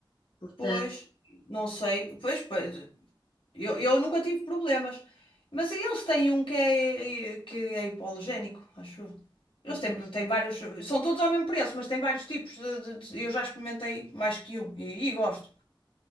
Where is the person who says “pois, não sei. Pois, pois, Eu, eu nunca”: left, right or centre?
Left